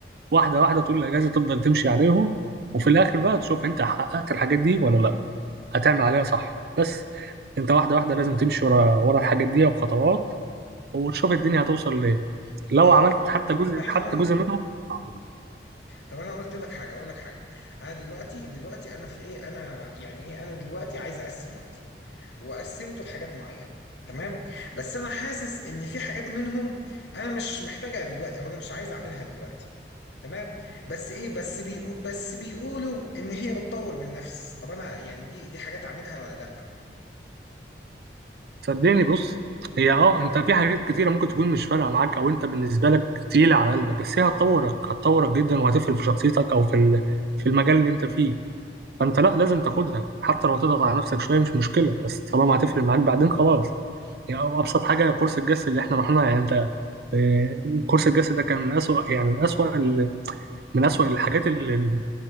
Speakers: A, on the right; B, on the left.
A: واحده واحده طول الاجازه تفضل تمشي عليهم وفي الاخر بقى تشوف انت حققت الحاجات دي ولا لا هتعمل عليها صح بس انت واحده واحده لازم تمشي ورا ورا الحاجات دي وخطوات وتشوف الدنيا هتوصل لايه لو
B: طيب
A: عملت
B: ماشي
A: حتى جزء
B: طب احنا
A: حتى
B: قلنا
A: جزء منهم آه.
B: طب انا قلت لك حاجه اقول لك حاجه انا دلوقتي دلوقتي انا في ايه انا يعني ايه انا دلوقتي عايز اقسم وقتي وقسمته لحاجات معينه تمام بس انا حاسس ان في حاجات منهم انا مش محتاجها دلوقتي او انا مش عايز اعملها دلوقتي تمام بس ايه بس بيقو بس بيقولوا ان هي بتطور من نفس طب انا يعني دي دي حاجات اعملها ولا لا
A: صدقني بص هي اه انت في حاجات كتيره ممكن تكون مش فارقه معاك او انت بالنسبه لك تقيله على قلبك بس هي هتطورك هتطورك جدا وهتفرق في شخصيتك او في ال- في المجال اللي انت فيه فانت لا لازم تاخدها حتى لو هتضغط على نفسك شويه مش مشكله بس طالما هتفرق معاك بعدين خلاص يعني ابسط حاجه كورس الجس اللي احنا رحناه يعني انت آه، كورس الجس ده كان من اسوأ يعني من اسوأ من أسوأ الحاجات ال- ال-